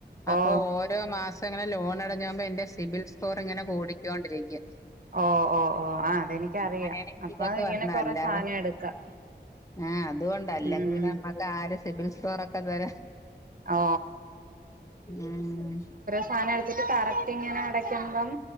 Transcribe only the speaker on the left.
അപ്പൊ
ഓരോ മാസംങ്ങനെ ലോൺ അടഞ്ഞകുമ്പോ എന്റെ സിബിൽ ഫോറിങ്ങനെ കൂടിക്കോണ്ടിരിക്കും
അങ്ങനെയാണ് എനിക്ക്
ഇതൊക്കെ
പറഞ്ഞ
അല്ലാതെ
ആ അതുകൊണ്ട അല്ലെങ്കി
പിന്നെ നമ്മുക്ക് ആര സിബിൽ സ്റ്റോറ ഒക്കെ തരാ
ഉം